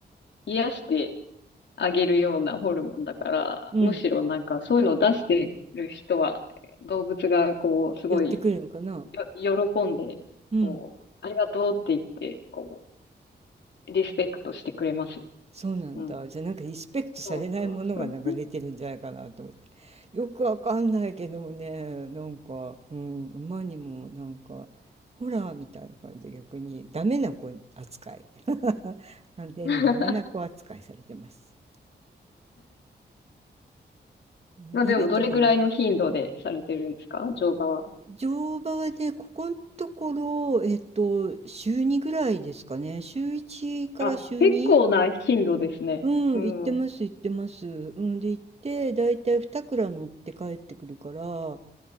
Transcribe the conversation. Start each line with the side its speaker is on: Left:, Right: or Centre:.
Left: 癒してあげるようなホルモンだから、
Right: うん。
Left: むしろなんか、そういうのを出してる人は、動物がこう、すごい、
Right: 寄ってくるのかな
Left: よ、喜んで、
Right: うん。
Left: こう、ありがとうって言って、こう、リスペクトしてくれますよ。
Right: そうなんだ。
Left: うん。
Right: じゃあなんかリスペクトされないものが流れてるんじゃないかなと思って。
Left: そうそうそう。
Right: よくわかんないけどもね、なんか、うん、馬にもなんか、ホラーみたいな感じで逆にダメな子扱い。<laughs> 完全にダメな子扱いされてます。
Left: <laughs>
Right: ね犬とかもね。
Left: まあでも、どれぐらいの頻度でされてるんですか乗馬は。
Right: 乗馬はね、ここのところ、えっと、週2ぐらいですかね。週1から週2
Left: あ、結構な頻度ですね。
Right: うん、
Left: うん。
Right: 行ってます行ってます。うん、で、行って、だいたい2乗って帰ってくるから、